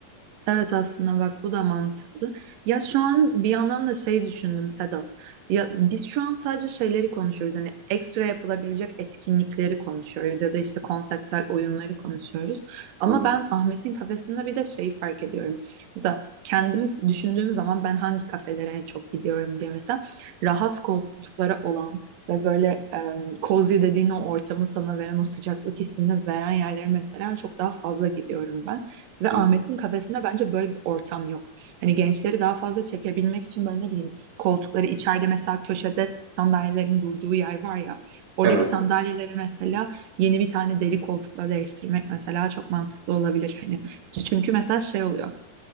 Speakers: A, on the right; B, on the right.
A: Evet aslında bak bu da mantıklı. Ya şu an bir yandan da şey düşündüm Sedat. Ya biz şu an sadece şeyleri konuşuyoruz. Hani ekstra yapılabilecek etkinlikleri konuşuyoruz ya da işte konseptsel oyunları konuşuyoruz. Ama
B: Hı hı,
A: ben Ahmet'in kafesinde bir de şeyi fark ediyorum. Mesela kendim düşündüğüm zaman ben hangi kafelere en çok gidiyorum diye mesela rahat koltukları olan ve böyle e, cozy dediğin o ortamı sana veren o sıcaklık hissini veren yerlere mesela çok daha fazla gidiyorum ben. Ve
B: hı
A: Ahmet'in
B: hı.
A: kafesinde bence böyle bir ortam yok. Hani gençleri daha fazla çekebilmek için böyle ne bileyim koltukları içeride mesela köşede sandalyelerin durduğu yer var ya. Oradaki
B: Evet.
A: sandalyeleri mesela yeni bir tane deri koltukla değiştirmek mesela çok mantıklı olabilir. Hani çünkü mesela şey oluyor.